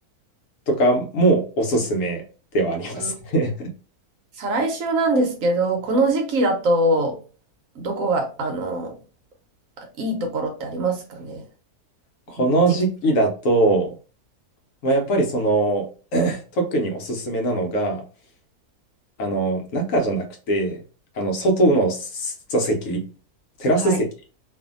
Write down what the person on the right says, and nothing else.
うん。
再来週なんですけど、この時期だと、どこが、あの、いいところってありますかね。
じ時期。
はい。